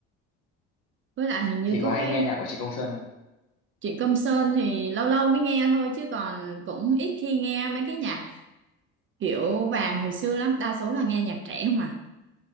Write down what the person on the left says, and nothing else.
chị
có hay
nghe nhạc của Trịnh Công Sơn không